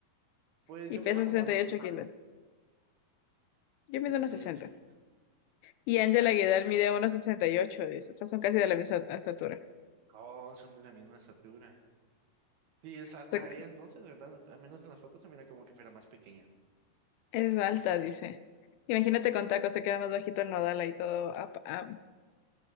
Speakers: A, on the right; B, on the left.
A: Pues
B: y
A: yo
B: pesa
A: mido como
B: 68 kilos.
A: 1,75,
B: Yo mido
A: 68.
B: unos sesenta
A: ya.
B: Y Angela
A: Ah,
B: Aguilar mide unos 68, dice. O sea, son casi de la misma estatura.
A: oh, son de la misma estatura. Y es alta
B: O sea,
A: ella entonces, ¿verdad? Al menos en las fotos se mira como que fuera más pequeña.
B: Es alta, dice. Imagínate con tacos, se queda más bajito el nodal ahí todo, apa- ah,